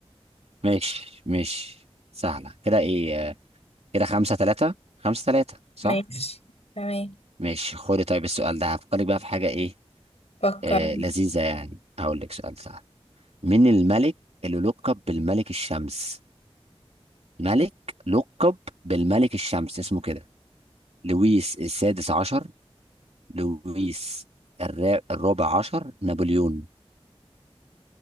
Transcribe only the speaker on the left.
ماشي تمام
فكر